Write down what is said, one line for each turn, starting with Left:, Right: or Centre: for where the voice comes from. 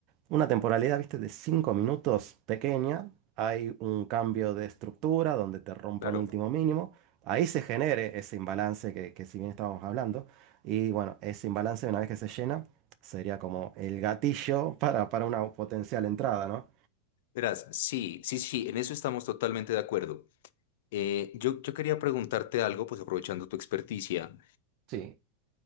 Right: una temporalidad, viste, de 5 minutos pequeña. Hay un cambio de estructura donde te rompo
Left: claro.
Right: un último mínimo. Ahí se genere ese imbalance que, que si bien estábamos hablando. Y bueno, ese imbalance una vez que se llena sería como el gatillo <laughs> para, para una potencial entrada, ¿no?
Left: Verás, sí, sí, sí, en eso estamos totalmente de acuerdo. Eh, yo, yo quería preguntarte algo, pues aprovechando tu experticia.
Right: Sí.